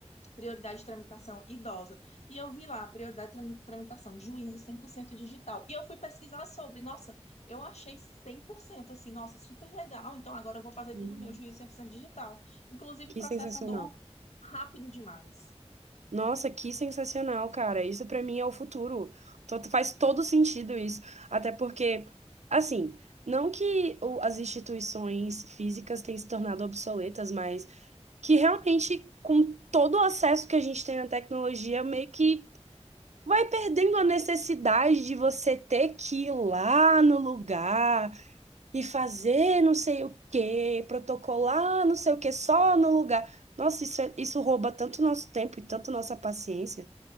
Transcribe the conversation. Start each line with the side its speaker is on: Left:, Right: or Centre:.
Left: prioridade de tramitação idosa. E eu vi lá, prioridade de trami- tramitação, juízo 100% digital. E eu fui pesquisar sobre, nossa, eu achei 100%, assim, nossa, super legal. Então agora eu vou fazer
Right: Uhum.
Left: tudo meu juízo 100% digital. Inclusive,
Right: Que
Left: o processo
Right: sensacional.
Left: andou rápido demais.
Right: Nossa, que sensacional, cara. Isso para mim é o futuro. To- Faz todo sentido isso. Até porque, assim, não que o- as instituições físicas tenham se tornado obsoletas, mas que realmente, com todo o acesso que a gente tem à tecnologia, meio que vai perdendo a necessidade de você ter que ir lá no lugar e fazer não sei o quê, protocolar não sei o quê, só no lugar. Nossa, isso, é- isso rouba tanto nosso tempo e tanto nossa paciência.